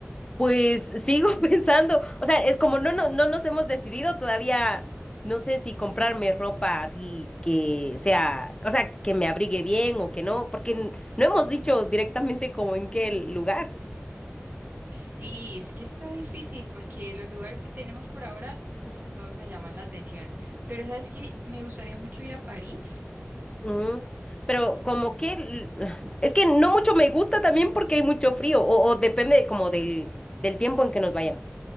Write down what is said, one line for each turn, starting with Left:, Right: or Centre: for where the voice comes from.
Left: pues sigo <laughs> pensando, o sea, es como no, no, no nos hemos decidido todavía, no sé si comprarme ropa así que sea, o sea, que me abrigue bien o que no, porque n- no hemos dicho directamente como en qué lugar.
Right: Sí, es que está difícil porque los lugares que tenemos por ahora, uf, todos me llaman la atención. Pero sabes que me gustaría mucho ir a París.
Left: Ujú. Pero como que, l- <sighs> es que no mucho me gusta también porque hay mucho frío o, o depende de como del, del tiempo en que nos vayamos.